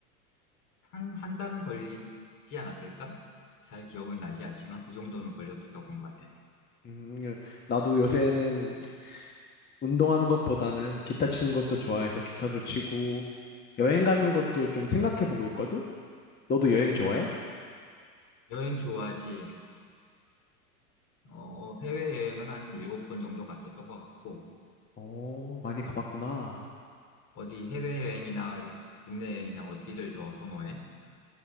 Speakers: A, on the left; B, on the left.
A: 한, 한 달은 걸리지 않았을까? 잘 기억은 나지 않지만 그 정도는 걸렸던 것 같아.
B: 음, 나도 요새는 운동하는 것보다는 기타 치는 것도 좋아해서 기타도 치고, 여행 가는 것도 좀 생각해보고 있거든? 너도 여행
A: 음,
B: 좋아해?
A: 여행 좋아하지. 어, 해외여행은 한 일곱 번 정도 갔었던 것 같고,
B: 어, 많이 가봤구나.
A: 어디 해외여행이나 국내 여행이나 어디를 더 선호해?